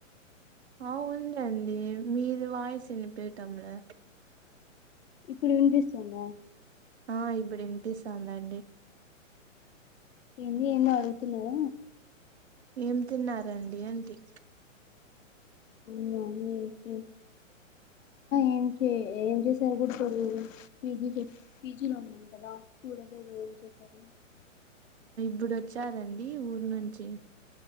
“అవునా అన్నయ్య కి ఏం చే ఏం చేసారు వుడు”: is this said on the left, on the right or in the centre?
Left